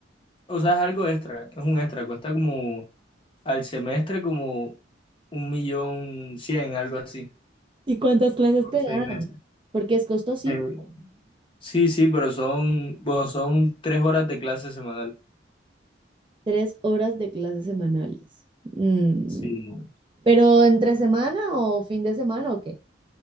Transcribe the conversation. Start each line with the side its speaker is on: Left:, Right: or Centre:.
Left: O sea, es algo extra, es un extra, cuesta como al semestre como un millón cien, algo así,
Right: ¿Y cuántas clases
Left: por
Right: te
Left: seis
Right: dan?
Left: meses.
Right: Porque es costosito.
Left: Eh, sí, sí, pero son, bueno, son tres horas de clase semanal.
Right: Tres horas de clases semanales. Mm,
Left: Sí.
Right: ¿pero entre semana o fin de semana o qué?